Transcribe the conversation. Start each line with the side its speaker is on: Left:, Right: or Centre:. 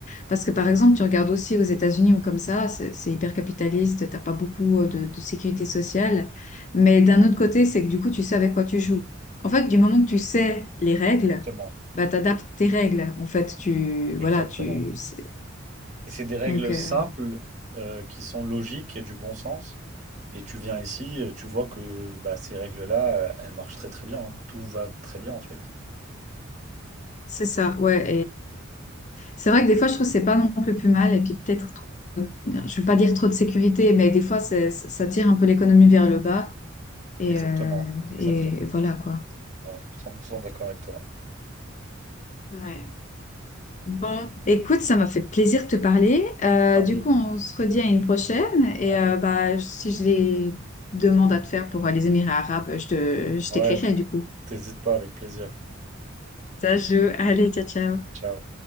Left: Parce que, par exemple, tu regardes aussi aux États-Unis ou comme ça, c'est c'est hyper capitaliste, t'as pas beaucoup euh, de, de sécurité sociale. Mais d'un autre côté, c'est que du coup, tu sais avec quoi tu joues. En fait, du moment que tu sais les règles,
Right: Exactement.
Left: bah, t'adaptes tes règles. En fait, tu,
Right: Exactement.
Left: voilà, tu, c'est-
Right: Et c'est des règles
Left: donc, euh,
Right: simples euh, qui sont logiques et du bon sens. Et tu viens ici, euh, tu vois que bah, ces règles-là, euh, elles marchent très très bien. hein. Tout va très bien en fait.
Left: c'est ça, ouais, C'est vrai que des fois, je trouve que c'est pas non plus plus mal. Et puis peut-être, trop- je ne veux pas dire trop de sécurité, mais des fois, c'est- ça tire un peu l'économie vers le bas. Et,
Right: Exactement,
Left: euh,
Right: exactement.
Left: et voilà quoi.
Right: Ouais, 100% d'accord avec toi.
Left: Ouais. Bon, écoute, ça m'a fait plaisir de te parler. Euh,
Right: Ah
Left: du
Right: oui.
Left: coup, on se redit à une prochaine. Et
Right: Allez.
Left: euh, bah, si j'ai des demandes à te faire pour euh, les Émirats arabes, je te, je
Right: Ouais,
Left: t'écrirai du coup.
Right: t'hésites pas avec plaisir.
Left: Ça joue. Allez, ciao, ciao.
Right: Ciao.